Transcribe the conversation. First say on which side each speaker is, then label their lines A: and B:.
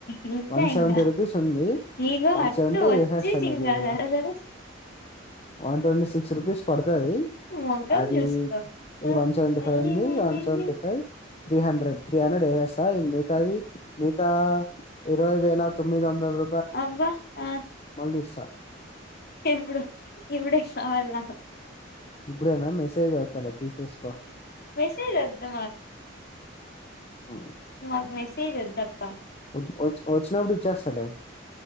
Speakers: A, on the left (about 55°); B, on the left (about 35°).
A: ఇంతే
B: వన్ సెవెంటీ
A: ఇంగ
B: రూపీస్ ఉంది
A: ఇగో
B: వన్
A: అట్టు
B: సెవెంటీ
A: వచ్చేసి
B: చేస్తేస్త నేన్
A: ఇంగ
B: ఇంకా
A: జర జర
B: వన్ ట్వంటి సిక్స్ రూపీస్ పడుతుది
A: మొఖం
B: అది
A: చూసుకో
B: ఇది వన్ సెవెీ
A: అయ్యయ్యయ్యయ్యో
B: ఫైవ్ ఉంది వన్ సెవెంటీ five three hundred three hundred వేసెస్తా మిగతాది మిగతా ఇరవై వేల తొమ్మిది వందల ర
A: అవ్వ ఆ
B: మల్లి ఇస్త
A: ఎప్పుడు ఇప్పుడే కావాలి నాకు
B: ఇప్పుడేన మెసేజ్ పెడతాలే తీసేస్కో
A: మెసేజ్ వద్దు
B: ఉం.
A: మాకు మెసేజ్ వద్దబ్బా
B: వచ్ వచ వచ్చినప్పుడు ఇచ్చేస్తలే